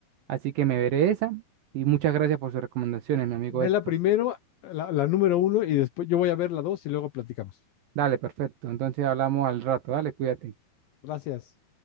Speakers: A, on the right; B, on the left.
A: así que me veré esa y muchas gracias por sus recomendaciones, mi amigo
B: Ve
A: Héctor.
B: la primero, la, la número uno, y después yo voy a ver la dos y luego platicamos.
A: Dale, perfecto. Entonces hablamos al rato, dale, cuídate.
B: Gracias.